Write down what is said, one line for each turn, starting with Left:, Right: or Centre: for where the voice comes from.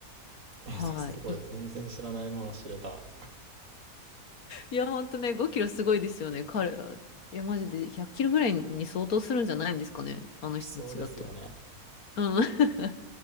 Right: えー、
Left: はい。
Right: すごい。
Left: い
Right: 全然知らないもの知れた。
Left: いや、ほんとね、5キロすごいですよね、彼ら。いや、マジで100キロぐらいに相当するんじゃないんですかね、あの人たちだと。
Right: しそうですよね。
Left: うん。<laughs>